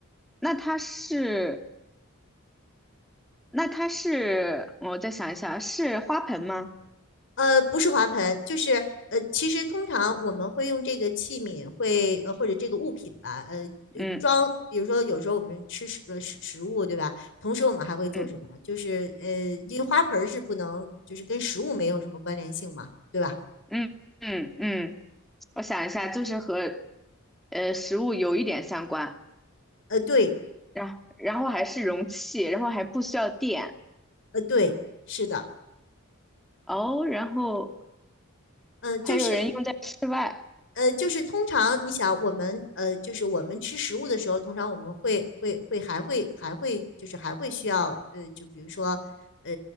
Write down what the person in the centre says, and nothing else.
那它是，那它是，我再想一下，是花盆吗？
嗯
嗯
嗯嗯嗯，我想一下，就是和呃食物有一点相关，
然后然后还是容器，然后还不需要电
哦，然后
还有人用在室外，